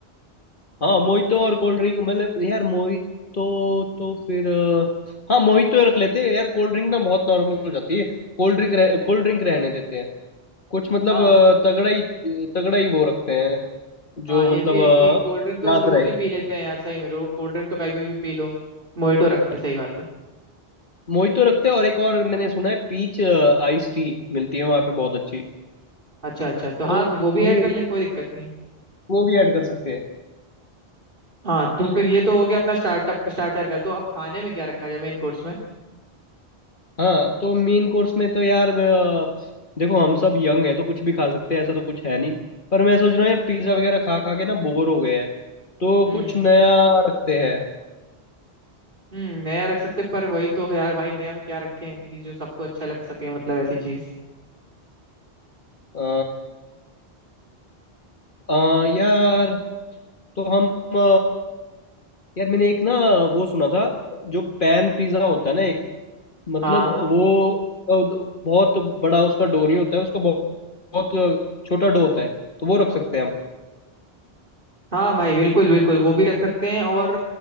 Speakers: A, on the left; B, on the right.
A: हाँ मोहितो और कोल्ड ड्रिंक मतलब यार मोहितो तो फिर अ, हाँ मोहितो रख लेते हैं यार कोल्ड ड्रिंक ना बहुत नॉर्मल हो जाती है कोल्ड ड्रिंक रह, कोल्ड ड्रिंक रहने देते हैं कुछ मतलब
B: हाँ
A: अ, तगड़ा ही तगड़ा ही वो रखते हैं जो
B: हाँ ये
A: मतलब
B: भी है
A: अ,
B: कि कोल्ड ड्रिंक तो
A: याद
B: रोज
A: रहे
B: ही पी लेते हैं यार सही में रो कोल्ड ड्रिंक तो कभी भी पी लो मोहितो रखते सही बात है
A: मोहितो रखते हैं और एक और मैंने सुना है पीच आइस टी मिलती है वहाँ पे बहुत अच्छी
B: अच्छा अच्छा तो हाँ
A: तो
B: वो भी
A: वो
B: ऐड कर लेंगे कोई दिक्कत नहीं
A: वो भी ऐड कर सकते हैं
B: हाँ तो फिर ये तो हो गया अपना स्टार्टअप स्टार्टर का तो अब खाने में क्या रखा जाए मेन कोर्स में
A: हाँ तो मेन कोर्स में तो यार अ, देखो हम सब यंग है तो कुछ भी खा सकते हैं ऐसा तो कुछ है नहीं पर मैं सोच रहा हूँ यार पिज्ज़ा वगैरह खा खा के ना बोर हो गए हैं तो
B: हम्म
A: कुछ नया रखते हैं
B: हम्म नया रख सकते पर वही तो है यार भाई नया में क्या रखें कि जो सबको अच्छा लग सके मतलब ऐसी चीज
A: अ, अ, यार तो हम अ, यार मैंने एक ना वो सुना था जो पैन पिज़्ज़ा होता है ना एक मतलब
B: हाँ
A: वो अ, बहुत बड़ा उसका डो नहीं होता है उसका बहुत, बहुत छोटा डो होता है तो वो रख सकते हैं हम
B: हाँ भाई बिल्कुल बिल्कुल वो भी रख सकते हैं और